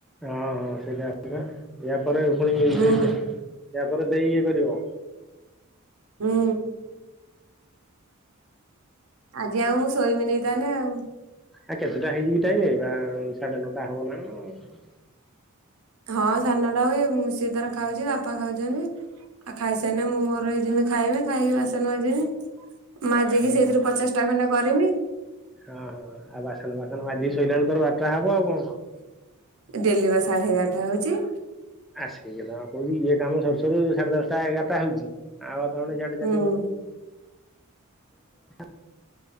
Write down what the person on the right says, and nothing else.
ହୁଁ
ହୁଁ। ଆଜି ଆଉ ମୁଁ ଶୋଇମିନି ତାହେଲେ ଆଉ।
ହଁ ସାଢେ ନଟା ହୁଏ ସିଏ ତାର ଖାଉଚି ବାପା ଖାଉଚନ୍ତି। ଆଉ ଖାଇସାଇନେ ମୁଁ ମୋର ଏଇ ଯିମି ଖାଇମି ଖାଇକି ବାସନ ମାଜିବି। ମାଜିକି
ସେଇଥିରୁ ପଚାଶ ଟା ଖଣ୍ଟେ କରିବି।
ଡେଲି ବା ସାଢେ ଏଗାରଟା ହଉଚି।
ହୁଁ